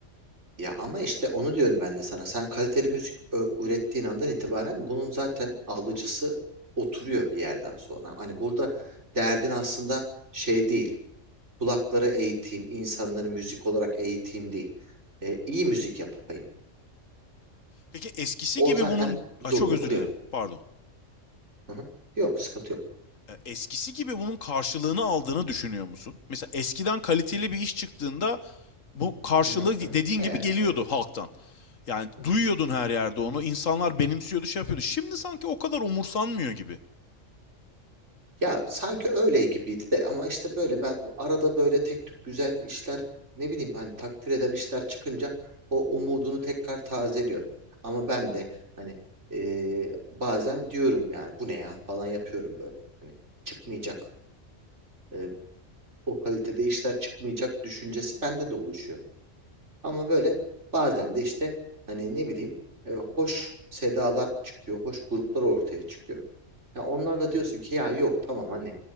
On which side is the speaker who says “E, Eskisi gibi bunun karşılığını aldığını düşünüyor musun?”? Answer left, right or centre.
Left